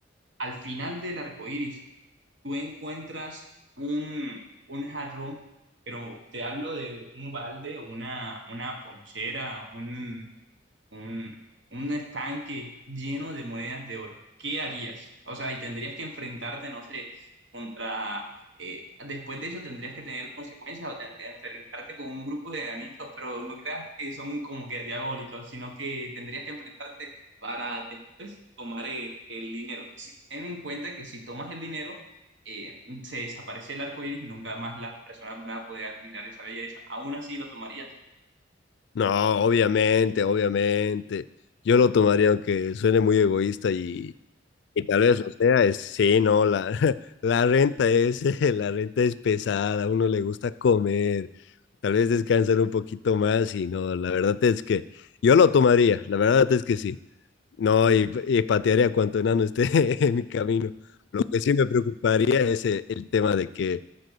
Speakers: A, on the right; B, on the left.
A: al final del arco iris tú encuentras un, un jarrón, pero te hablo de un balde, una, una ponchera, un, un, un estanque lleno de monedas de oro. ¿Qué harías? O sea, y tendrías que enfrentarte, no sé, contra... eh, después de eso tendrías que tener consecuencias o tendrías que enfrentarte con un grupo de enanitos, pero no creas que son como que diabólicos, sino que tendrías que enfrentarte para después tomar eh, el dinero. Y si ten en cuenta que si tomas el dinero, eh, se desaparece el arco iris y nunca más las personas van a poder admirar esa belleza. Aún así lo tomarías.
B: No, obviamente, obviamente. Yo lo tomaría aunque suene muy egoísta y, y tal vez lo sea. Es, sí, no, la, <laughs> la renta es, <laughs> la renta es pesada, a uno le gusta comer, tal vez descansar un poquito más y no, la verdad es que yo lo tomaría, la verdad es que sí. No, y, y patearé a cuanto enano esté <laughs> en mi camino. Lo que sí me preocuparía es eh, el tema de que